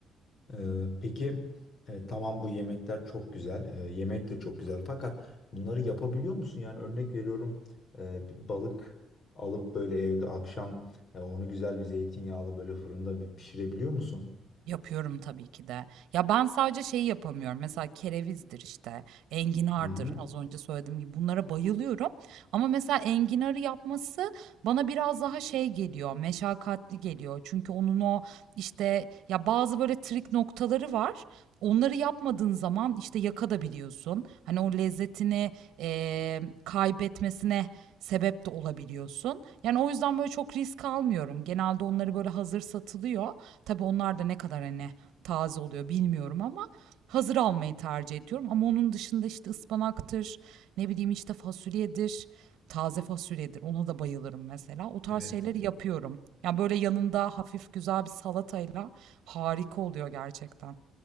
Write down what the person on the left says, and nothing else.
Ee, peki e, tamam bu yemekler çok güzel, e, yemek de çok güzel. Fakat bunları yapabiliyor musun? Yani örnek veriyorum e, bir balık alıp böyle evde akşam e, onu güzel bir zeytinyağlı böyle fırında bir pişirebiliyor musun?
Hı hı.
Evet.